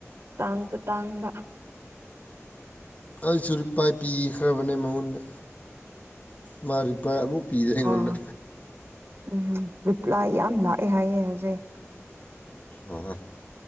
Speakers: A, on the right (about 55°); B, on the left (about 30°).
A: ꯇꯥꯡꯁꯨ ꯇꯥꯡꯕ
B: ꯑꯩꯁꯨꯔꯤ ꯄꯥꯏ ꯄꯤꯈ꯭ꯔꯕꯅꯦ ꯃꯉꯣꯟꯗ ꯃꯥ ꯔꯤ ꯄꯥꯏ ꯑꯃꯨꯛ ꯄꯤꯗꯂꯦꯝꯒꯅ
A: ꯑꯣ ꯎꯝ ꯔꯤꯄ꯭ꯂꯥꯏ ꯌꯥꯝ ꯂꯥꯛꯑꯦ ꯍꯥꯏꯌꯦꯦ ꯍꯧꯖꯤꯛ
B: ꯑꯣ